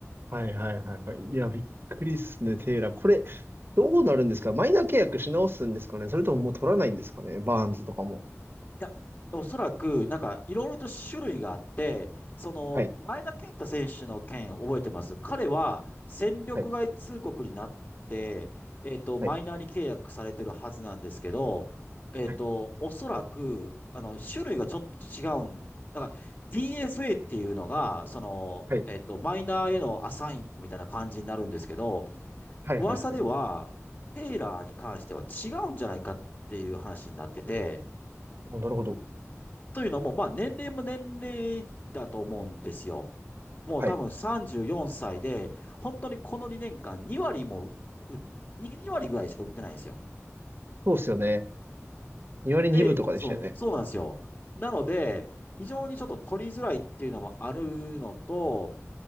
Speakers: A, on the right (about 45°); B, on the left (about 40°).
A: はいはいはいはい。いや、びっくりっすね、テイラー。これ、どうなるんですかマイナー契約し直すんですかねそれとももう取らないんですかねバーンズとかも。
B: いや、おそらく、なんか、いろいろと種類があって、その、
A: はい
B: 前田健太選手の件覚えてます。彼は、戦力外通告になって、
A: はい
B: えっと、
A: はい。
B: マイナーに契約されてるはずなんですけど、えっと、
A: はい
B: おそらく、あの、種類がちょっと違うん。だから、DFA っていうのが、その、
A: はい
B: えっと、マイナーへのアサインみたいな感じになるんですけど、
A: はいはいはい。
B: 噂では、テイラーに関しては違うんじゃないかっていう話になってて、
A: おなるほど。
B: というのも、まあ年齢も年齢だと思うんですよ。もう多分34歳で、
A: はい。
B: 本当にこの2年間2割も打、2、2割ぐらいしか売ってないんですよ。
A: そうっすよね。2割2分とかでしたよね。
B: で、そう、そうなんですよ。なので、非常にちょっと取りづらいっていうのもあるのと、